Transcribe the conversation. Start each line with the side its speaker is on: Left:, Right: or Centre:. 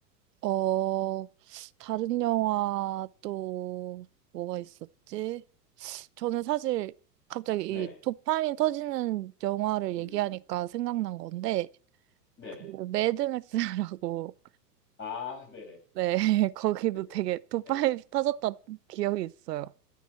Right: 어, 다른 영화 또 뭐가
Left: 음.
Right: 있었지? 저는 사실 갑자기 이
Left: 네네.
Right: 도파민 터지는 영화를
Left: 음,
Right: 얘기하니까 생각난 건데,
Left: 네네.
Right: 그 매드맥스라고
Left: 아, 네네.
Right: 네, <laughs> 거기도
Left: 네, 그,
Right: 되게 도파민
Left: 네.
Right: 터졌던 기억이
Left: 음.
Right: 있어요.